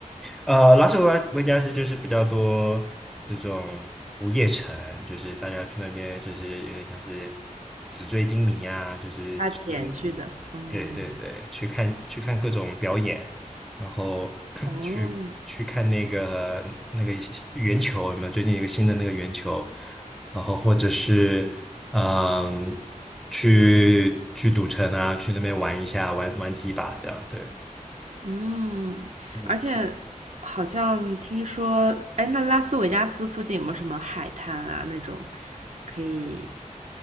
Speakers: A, in the centre; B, on the right (about 60°).
A: 呃，拉斯维加斯就是比较多这种午夜城，就是大家去那边就是有点像是纸醉金迷啊，就是去，
B: 花钱去的。嗯
A: 对对对，去看去看各种表演，然后 <clears throat>
B: 哦，
A: 去去看那个那个圆球有没有？最近一个新的那个圆球，然后或者是嗯，去去赌城啊，去那边玩一下，玩玩几把这样，对。
B: 嗯，
A: 嗯
B: 而且好像听说，哎，那拉斯维加斯附近有没有什么海滩啊那种可以